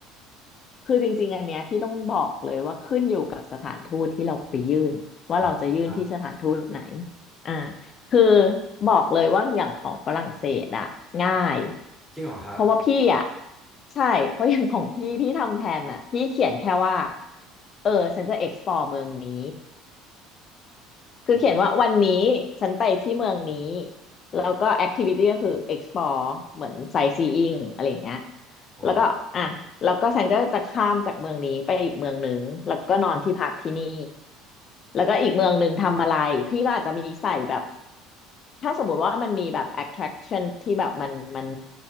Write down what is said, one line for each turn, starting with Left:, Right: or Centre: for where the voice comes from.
Left: คือจริงๆอันเนี้ยพี่ต้องบอกเลยว่าขึ้นอยู่กับสถานทูตที่เราไปยื่นว่าเราจะยื่นที่สถานทูตไหน
Centre: อ่าอ่า
Left: อ่าคือบอกเลยว่าอย่างของฝรั่งเศสอะง่าย
Centre: จริงเหรอครับ
Left: เพราะว่าพี่อะใช่เพราะอย่างของพี่พี่ทำแผนอะพี่เขียนแค่ว่าเออฉันจะ explore เมืองนี้ คือเขียนว่าวันนี้
Centre: อ่า
Left: ฉันไปที่เมืองนี้แล้วก็แอคทิวิตี้ก็คือ explore เหมือน sightseeing อะไรอย่างเงี้ย
Centre: อ่า
Left: แล้วก็อ่ะแล้วก็ฉันก็จะข้ามจากเมืองนี้ไปอีกเมืองหนึ่งแล้วก็นอนที่พักที่นี่แล้วก็อีกเมืองหนึ่งทำอะไรพี่ก็อาจจะมีใส่แบบ ถ้าสมมุติว่ามันมีแบบ attraction ที่แบบมันมัน